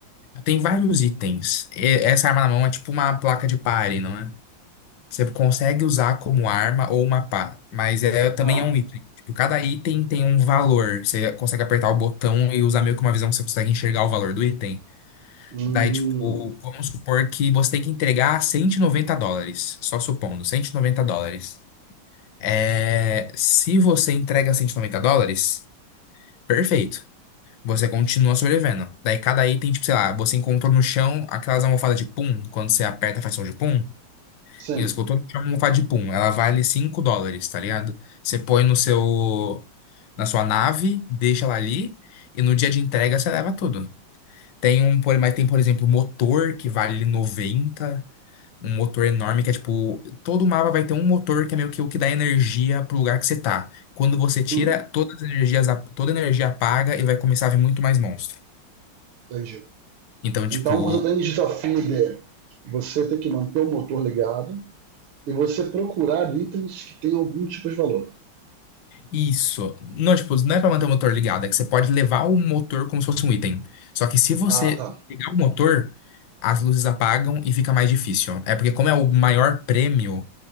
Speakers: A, on the left; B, on the right.
A: tem vários itens. E- essa arma na mão é tipo uma placa de pare, não é? Você consegue usar como arma ou uma pá, mas é, também
B: Ah,
A: é um item. Tipo, cada item tem um valor. Você consegue apertar o botão e usar meio que uma visão que você consegue enxergar o valor do item.
B: hum,
A: Daí, tipo, vamos supor que você tem que entregar 190 dólares. Só supondo, 190 dólares. É, se você entrega 190 dólares, perfeito. Você continua sobrevivendo. Daí cada item, tipo, sei lá, você encontrou no chão aquelas almofadas de pum, quando você aperta faz som de pum.
B: sim,
A: E você encontrou no chão uma almofada de pum, ela vale 5 dólares, tá ligado? Você põe no seu, na sua nave, deixa ela ali, e no dia de entrega você leva tudo. Tem um, por- mas tem, por exemplo, motor que vale 90. um motor enorme que é tipo, todo mapa vai ter um motor que é meio que o que dá energia pro lugar que você tá. Quando você tira,
B: hum,
A: todas as energias, ap- toda a energia apaga e vai começar a vir muito mais monstro.
B: entendi.
A: Então, tipo,
B: Então você tem desafio de você ter que manter o motor ligado e você procurar itens que tenham algum tipo de valor.
A: isso. Não, tipo, não é pra manter o motor ligado, é que você pode levar o motor como se fosse um item. Só que se você
B: Ah, tá.
A: pegar o motor, as luzes apagam e fica mais difícil. É porque, como é o maior prêmio,